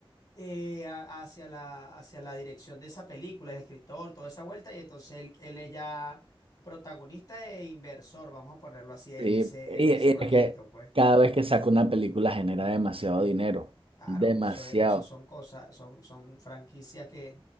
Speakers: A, on the left; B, on the right.
A: eh, a- hacia la, hacia la dirección de esa película, el escritor, toda esa vuelta, y entonces él, él es ya protagonista e inversor, vamos a ponerlo así, en
B: Sí,
A: ese,
B: y,
A: en ese
B: y
A: proyecto,
B: es que
A: pues.
B: cada vez que saca una película genera demasiado dinero,
A: Claro,
B: demasiado.
A: eso es- esas son cosas, son, son franquicias que,